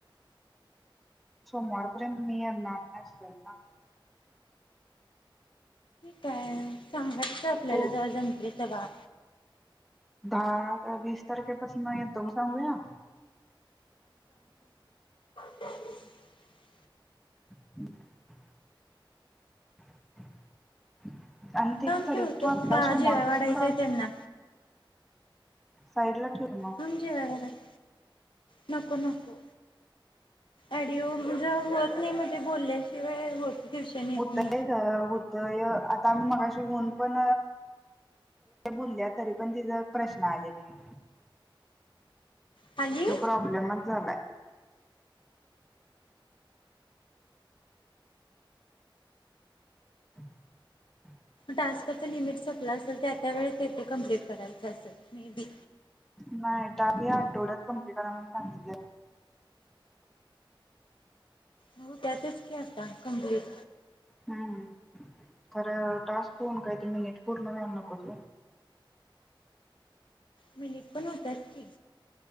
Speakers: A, in the centre; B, on the left.
A: सोमवार पर्यंत मी येणार नसेल ना.
B: काय सांगायच आपल्याला
A: तू
B: जवळ जमते तवा.
A: दहा-वीस तारखेपासन येतोय म्हणून सांगूया.
B: ह <inaudible>
A: <inaudible>
B: थांब
A: तरी
B: ठेवतो.
A: तू आत्ता
B: जेवायला
A: सोमवारपासून
B: वाढायचय त्यांना.
A: सईडला ठेव की मग.
B: थांब जेवाय वाढायचं नको.. नको. ऑडिओ म्हणजे होत. नाही म्हणजे बोलल्याशिवाय होत ट्युशन येत
A: होतय
B: नाही
A: ग होतय. आता आम्ही मगाशी होऊन पण बोलल्या तरी पण तिच प्रश्न आले नाही?
B: खाली
A: तो प्रॉब्लेमच झालाय. <inaudible>
B: टास्कचा लिमिट सपलं असेल. त्या-त्या वेळेस ते ते कमप्लीट करायचं असेल? मे बी
A: नाय टाकल्या तेवढ्यात कम्पुटरान सांगितल
B: होत्यातच की आता कंप्लीट.
A: हम्म खरं टास्क फोन मिनिट पूर्ण व्हायला नकोत होय.
B: मिनिट पण होतात की.